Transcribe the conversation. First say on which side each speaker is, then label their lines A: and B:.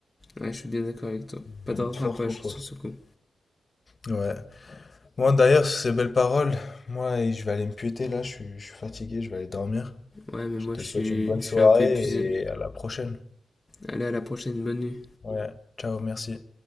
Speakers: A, on the left (about 15°); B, on the left (about 35°).
A: Ouais, je suis bien d'accord avec toi. Pas
B: Je valide
A: de rattrapage
B: fort, fort, fort.
A: sur ce coup.
B: Ouais. Moi, d'ailleurs, sur ces belles paroles, moi, je vais aller me piéter là. Je suis, je suis fatigué, je vais aller dormir.
A: Ouais, mais moi,
B: Je te
A: je
B: souhaite
A: suis,
B: une bonne
A: je
B: soirée
A: suis un peu épuisé.
B: et à la prochaine.
A: Allez, à la prochaine, bonne nuit.
B: Ouais. Ciao, merci.